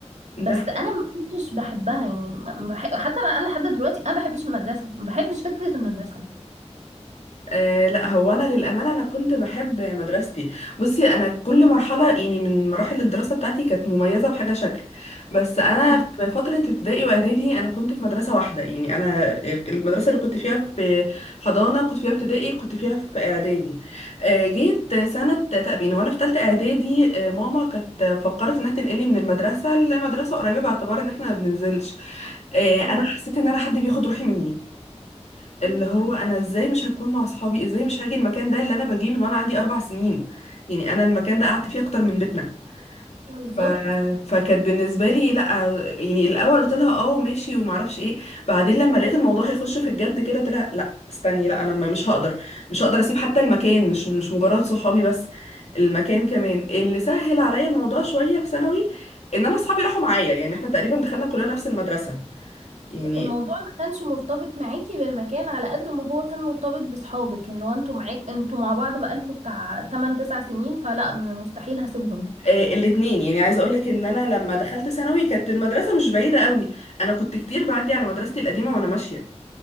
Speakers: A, on the right; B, on the left.
A: بس
B: ده حقيقي.
A: انا ما كنتش بحبها يعني ما- ما بحب حتى انا أنا لحد دلوقتي انا ما بحبش المدرسة ما بحبش فكرة المدرسة
B: أه لا هو انا للامانه انا كنت بحب مدرستي بصي انا كل مرحله يعني من مراحل الدراسه بتاعتي كانت مميزه بحاجه شكل بس انا
A: مم.
B: في فتره ابتدائي واعدادي انا كنت في مدرسه واحده يعني انا المدرسه اللي كنت فيها في حضانه كنت فيها ابتدائي كنت فيها في اعدادي أه جيت سنه تأبين وانا في ثالثه اعدادي أه، ماما كانت فكرت انها تنقلني من المدرسه لمدرسه قريبه باعتبار ان احنا ما بننزلش أه
A: اه
B: انا حسيت ان انا حد بياخد روحي مني اللي هو
A: سبحان
B: انا ازاي مش هكون مع اصحابي ازاي مش هاجي المكان ده اللي انا باجيه من وانا عندي اربع سنين يعني انا المكان ده قعدت فيه اكتر من بيتنا
A: الله. بالظبط
B: ف... فكانت بالنسبه لي لا يعني الاول قلت لها اه ماشي وما اعرفش ايه بعدين لما لقيت الموضوع هيخش في الجد كده قلت لها لا استني لا انا م- مش هقدر مش هقدر اسيب حتى المكان مش مش مجرد صحابي بس المكان كمان اللي سهل عليا الموضوع شويه في ثانوي ان انا اصحابي راحوا معايا يعني احنا تقريبا دخلنا كلنا نفس المدرسه يعني
A: الموضوع ما كانش مرتبط معاكي بالمكان على قد ما هو كان مرتبط بصحابك اللي هو انتوا معاك انتوا مع بعض بقالكوا بتاع 8 9 سنين فلا مستحيل هسيبهم
B: آه، الاتنين يعني عايزه اقول لك ان انا لما دخلت ثانوي كانت المدرسه مش بعيده قوي انا كنت كتير بعدي على مدرستي القديمه وانا ماشيه